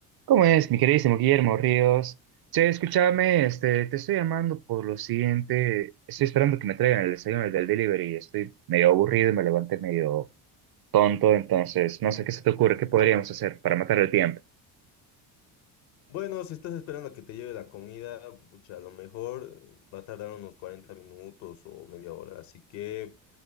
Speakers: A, on the right; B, on the left.
A: ¿Cómo es, mi queridísimo Guillermo Ríos? Che, escúchame, este, te estoy llamando por lo siguiente. Estoy esperando que me traigan el desayuno del delivery. Estoy medio aburrido y me levanté medio tonto, entonces no sé qué se te ocurre, qué podríamos hacer para matar el tiempo.
B: Bueno, si estás esperando a que te lleve la comida, pucha, a lo mejor eh, va a tardar unos 40 minutos o media hora. Así que